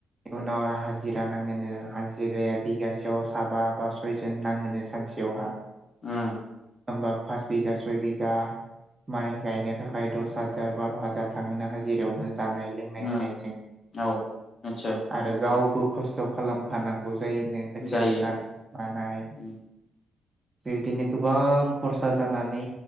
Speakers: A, on the right; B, on the left.
A: उनाव आरो हाजिरा नाङोनो हाजिराया बिगासेयाव साबा बा सयजन नाङोनो सानसे यावहा
B: ओम
A: होमबा फास बिगा सय बिघा माइ गायनो थाखाय दस हाजार बार' हाजार थाङोन ना हाजिरायावनो जानाय लोंनाय
B: उम
A: होनायजों
B: औ निस्सय
A: आरो गावबो खस्थ' खालामफानांगौ जायनो खोथिया
B: जायो
A: रो गानाय मानाय
B: उम
A: बिदिनो गोबां खरसा जानानै